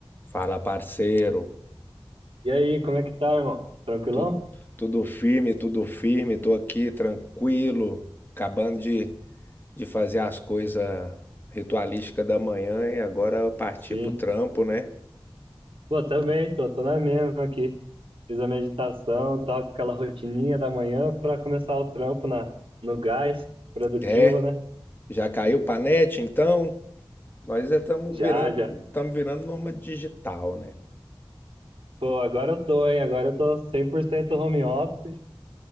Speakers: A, on the left; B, on the right.
A: Fala, parceiro.
B: E aí, como é que tá, irmão? Tranquilão?
A: Tu- tudo firme, tudo firme. Tô aqui tranquilo, acabando de, de fazer as coisas ritualísticas da manhã e agora partir
B: Sim.
A: pro trampo, né?
B: Pô, também, tô, tô na mesma aqui. Fiz a meditação, tal, aquela rotininha da manhã pra começar o trampo na, no gás, produtivo,
A: É,
B: né?
A: já caiu pra net, então? Nós estamos
B: Já,
A: virando,
B: já.
A: estamos virando nômade digital, né?
B: Pô, agora eu tô, hein? Agora eu tô 100% home office